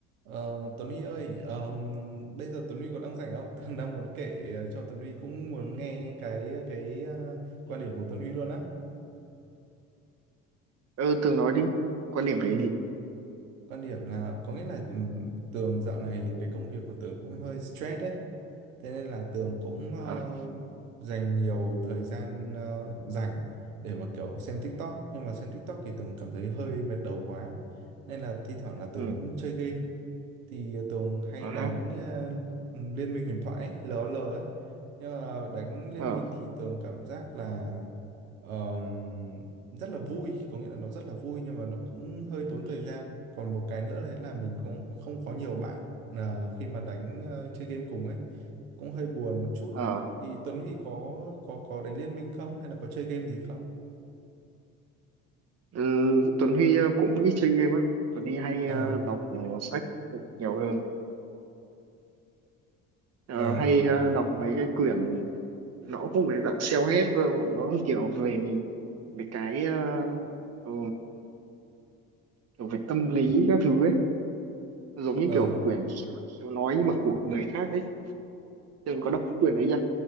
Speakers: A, on the right; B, on the right.
A: Ờ, Tuấn Huy ơi, ờ, bây giờ Tuấn Huy có đang rảnh không? <laughs> Thường đang muốn kể ờ, cho Tuấn Huy cũng muốn nghe cái cái ờ, quan điểm của Tuấn Huy luôn á.
B: ừ tường nói đi quan điểm về
A: Ừ.
B: cái gì
A: Quan điểm là có nghĩa là ừ, Tường dạo này cái công việc của Tường cũng hơi stress đấy. Thế nên là Tường cũng ờ,
B: à
A: dành nhiều thời gian ờ, rảnh để mà kiểu xem TikTok. Nhưng mà xem TikTok thì Tường cảm thấy hơi mệt đầu quá. Nên là thi thoảng là Tường
B: ừ
A: cũng chơi game. thì Tường hay
B: à
A: đánh
B: ha
A: ờ, Liên minh huyền thoại ấy, LOL ấy. Nhưng mà đánh Liên
B: ờ
A: minh thì Tường cảm giác là ờm, rất là vui, có nghĩa là nó rất là vui nhưng mà nó cũng hơi tốn thời gian. Còn một cái nữa đấy là mình cũng không có nhiều bạn ờ, khi mà đánh ờ, chơi game cùng ấy, cũng hơi buồn một chút.
B: ờ
A: Thì Tuấn Huy có có có đánh Liên minh không hay là có chơi game gì không?
B: ừ, Tuấn Huy ờ, cũng ít chơi game á Tuấn Huy hay
A: Ờ
B: ờ, đọc ờ, sách nhiều hơn Ờ,
A: ờ
B: hay ờ, đọc mấy cái quyển nó cũng không phải dạng self-help đâu nó kiểu về về cái ờ, ừ, kiểu về tâm lý các thứ ấy giống như
A: ờ
B: kiểu quyển khéo ăn khéo nói nhưng mà của người khác ấy Tường có đọc cái quyển đấy chưa